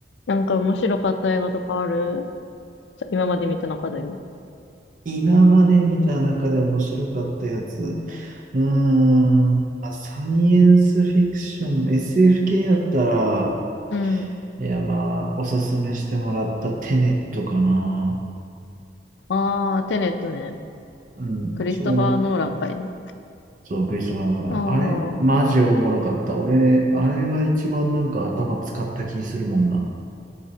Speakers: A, on the left; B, on the right.
A: なんか面白かった映画とかあるさ今まで見た中でも。
B: 今まで見た中で面白かったやつ。うーん、まあ、サイエンスフィクション、SF 系やったら、
A: うん。
B: いや、まあ、おすすめしてもらったテネットかな。
A: ああ、テネットね。
B: うん、
A: クリストファー・
B: そう、
A: ノーランかいね。
B: そう、クリストファー・ノーランあれ、
A: ああ。
B: マジおもろかった。俺、あれが一番なんか頭使った気するもんな。